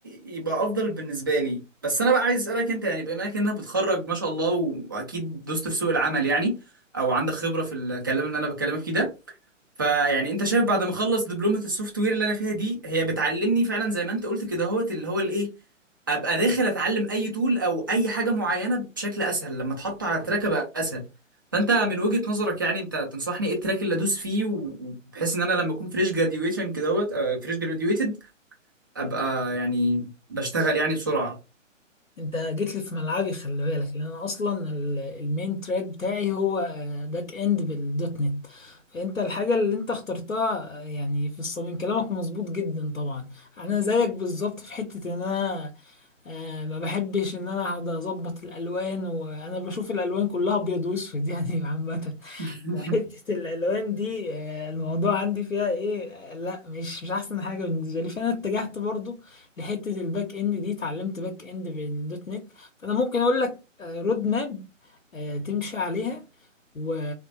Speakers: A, on the right (about 15°); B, on the left (about 80°).
A: يبقى افضل بالنسبه لي بس انا بقى عايز اسالك انت يعني بما انك انت بتخرج ما شاء الله واكيد دوست في سوق العمل يعني او عندك خبره في الكلام اللي انا بكلمك فيه ده فيعني انت شايف بعد ما اخلص دبلومه السوفت وير اللي انا فيها دي هي بتعلمني فعلا زي ما انت قلت كده هوت اللي هو الايه ابقى داخل اتعلم اي تول او اي حاجه معينه بشكل اسهل لما اتحط على التراك ابقى اسهل فانت من وجهه نظرك يعني انت تنصحني ايه التراك اللي ادوس فيه و- وبحيث ان انا لما اكون فريش جراديويشن كده هوت فريش جراديويتد ابقى يعني بشتغل يعني بسرعه
B: انت جيت لي في ملعبي خلي بالك لان انا اصلا ال- المين تراك بتاعي هو آه، باك اند بالدوت نت فانت الحاجه اللي انت اخترتها آه، يعني في الصميم كلامك مظبوط جدا طبعا انا زيك بالظبط في حته ان انا آه، ما بحبش ان انا اقعد اظبط الالوان وانا بشوف الالوان كلها ابيض واسود يعني <laughs> عامه
A: <laughs>
B: وحتة الألوان دي آه، الموضوع عندي فيها إيه آه، لا مش مش أحسن حاجة بالنسبة لي فأنا اتجهت برضو لحتة الباك إند دي اتعلمت باك إند بالدوت نت فأنا ممكن أقول لك آه، رود ماب آه، تمشي عليها و...